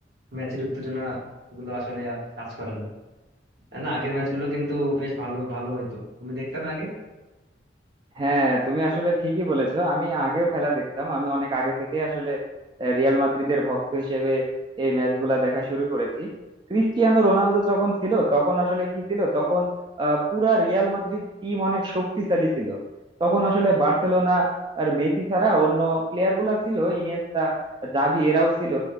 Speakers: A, on the right (about 65°); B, on the right (about 25°).
A: ম্যাচের উত্তেজনা গুলো আসলে আর কাজ করে না তাই না আগের ম্যাচগুলো কিন্তু বেশ ভালো ভালো হইতো তুমি দেখতে না আগে
B: হ্যাঁ তুমি আসলে ঠিকই বলেছো আমি আগেও খেলা দেখতাম আমি অনেক আগে থেকে আসলে আহ, রিয়াল মাদ্রিদের ভক্ত হিসেবে এই ম্যাচগুলা দেখা শুরু করেছি ক্রিস্টিয়ানো রোনালদো যখন ছিল তখন আসলে কি ছিল তখন আহ, পুরা রিয়াল মাদ্রিদ টিম অনেক শক্তিশালী ছিল তখন আসলে বার্সেলোনা আর মেসি ছাড়া অন্য প্লেয়ার গুলা ছিল ইনিয়েস্তা জাভি এরাও ছিল